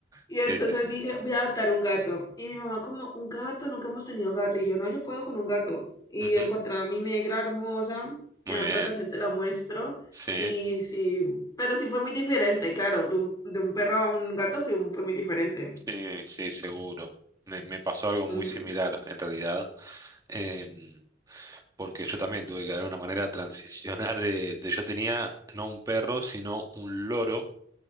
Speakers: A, on the left; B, on the right.
A: Y
B: Sí,
A: entonces
B: sí, sí.
A: dije, voy a adoptar un gato. Y mi mamá como, un gato, nunca hemos tenido gato. Y yo, no, yo puedo con un gato. Y
B: Ujú,
A: encontraba a mi negra hermosa,
B: Muy
A: que en otra
B: bien.
A: ocasión te la muestro.
B: Sí,
A: Y sí, pero sí fue muy diferente, claro, de un, de un perro a un gato fue, fue muy diferente.
B: sí, sí, seguro. Me, me pasó algo muy
A: Mm.
B: similar en realidad, em, porque yo también tuve que de alguna manera transicionar de, de- yo tenía no un perro, sino un loro,